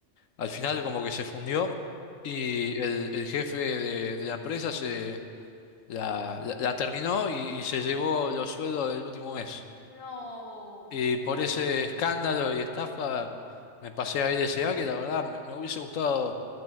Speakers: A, on the left (about 85°); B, on the left (about 45°).
A: al final como que se fundió y el, el jefe de, de la empresa se la, la- la terminó y, y se llevó los sueldos del último mes.
B: No,
A: Y
B: no
A: por
B: te
A: ese
B: creo.
A: escándalo y estafa me pasé a LSA, que la verdad me, me hubiese gustado